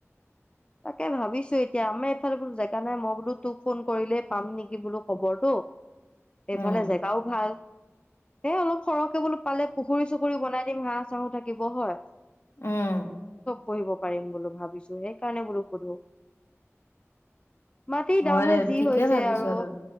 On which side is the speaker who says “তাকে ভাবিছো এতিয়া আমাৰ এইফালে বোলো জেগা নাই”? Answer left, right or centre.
Left